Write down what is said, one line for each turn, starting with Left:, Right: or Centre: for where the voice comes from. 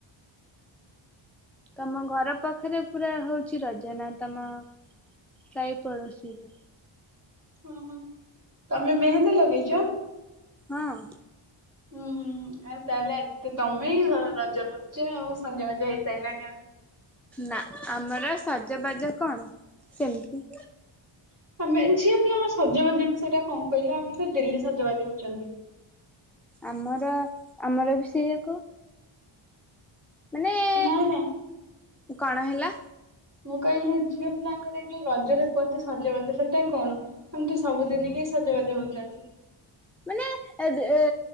Centre: ତମ ଘର ପଖରେ ପୁରା ହଉଛି ରଜନା ତମ ସାହି ପଡୋଶୀରେ?
Right: ହୁଁ ହୁଁ ତମେ ମେହେନ୍ଦି ଲଗେଇଚ?
Centre: ହଁ।
Right: ହୁଁ ହୁଁ ଆଉ ତାହେଲେ ଆଜି ଟୁ ତମେ ରଜ କରୁଛ ଆଉ ସଞ୍ ବାଜା ହେଇସାରିଲାଣି ଆଉ।
Centre: ନା ଆମର ସଜବାଜ କଣ ସେମତି।
Right: <unintelligible> ଝିଅ ପିଲାଙ୍କ ସଜବାଜ ସେଇଟା କଣ କହିଲା ଆମେ ତ ଡେଲି ସଜବାଜି ହଉଛନ୍ତି।
Centre: ଆମର ଆମର ବି ସେଇଆ କ ମାନେ
Right: ନାହିଁ ନା
Centre: କଣ ହେଲା?
Right: ମୁଁ କହିଲି ଝିଅ ପିଲାଙ୍କର ଏଇ ଯୋଉ ରଜରେ କୁହନ୍ତି ସଜବାଜ ସେଟା କଣ? ଆମେ ତ ସବୁଦିନ ହିଁ ସଜବାଜ ହଉଛନ୍ତି।
Centre: ମାନେ ଏଡ଼େ ଏ